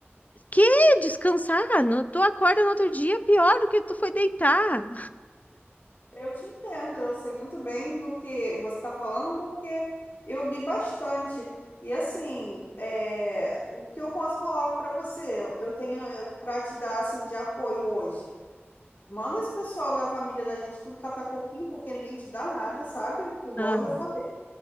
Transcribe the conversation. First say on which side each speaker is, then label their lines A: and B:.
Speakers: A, on the left; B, on the left.
A: Que descansar? No, tu acorda no outro dia pior do que tu foi deitar.
B: Eu te entendo, eu sei muito bem do que você está falando, porque eu li bastante. E assim, é, o que eu posso falar para você? Eu tenho para te dar assim, de apoio hoje. Manda esse pessoal da família da gente tudo catar coquinho, porque ninguém te dá nada, sabe? Igual
A: Ah,
B: eu já falei.